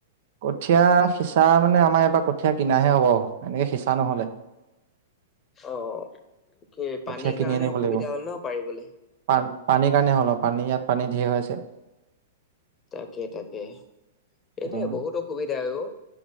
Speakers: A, on the right (about 60°); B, on the left (about 25°).
A: কঠীয়া সিঁচা মানে আমাৰ এবাৰ কঠীয়া কিনাহে হব এনেকে সিঁচা নহলে।
B: অ' কি
A: কঠীয়া
B: পানীৰ
A: কিনি
B: কাৰণে
A: আনিব
B: অসুবিধা
A: লাগিব
B: হ'ল ন পাৰিবলে?
A: পা পানীৰ কাৰণে হ'ল অ', পানী ইয়াত পানী ঢেইৰ হৈ আছে।
B: তাকে তাকে সেইটোৱে
A: উম।
B: বহুত অসুবিধা হৈ অ'